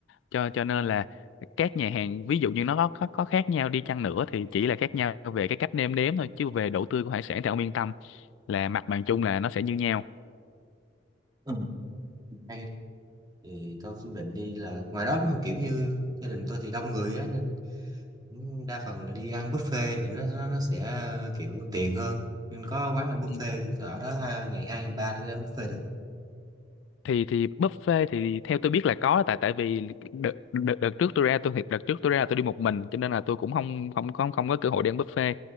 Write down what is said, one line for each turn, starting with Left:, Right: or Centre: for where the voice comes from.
Left: cho cho nên là các nhà hàng ví dụ như nó có, có có khác nhau đi chăng nữa thì chỉ là khác nhau về cái cách nêm nếm thôi chứ về độ tươi của hải sản thì ông yên tâm là mặt bằng chung là nó sẽ như nhau
Right: Ừ. hay đấy. thì tôi cũng định đi là ngoài đó kiểu như gia đình tôi thì đông người á nên đa phần là đi ăn buffet thì nó nó, nó sẽ kiểu tiện hơn nên có quán làm buffet
Left: Ừ.
Right: kiểu ở đó ha, ngày hai ngày ba thì ăn buffet được
Left: thì thì buffet thì theo tôi biết là có tại tại vì đợt, đợt, đợt trước tôi ra tôi thiệt đợt trước tôi ra là tôi đi một mình cho nên là tôi cũng không không không không có cơ hội đi ăn buffet